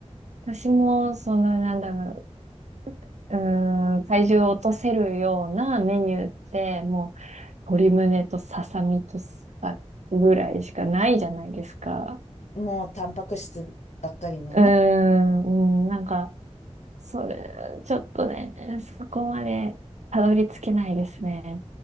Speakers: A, on the right (about 80°); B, on the left (about 75°).
A: う。私も、その、なんだろう。うーん、体重を落とせるようなメニューって、もう、鶏胸とささみとさ、ぐらいしかないじゃないですか。
B: もうタンパク質ばっかりのね。
A: うーん、うん、なんか、それ、ちょっとね、そこまでたどり着けないですね。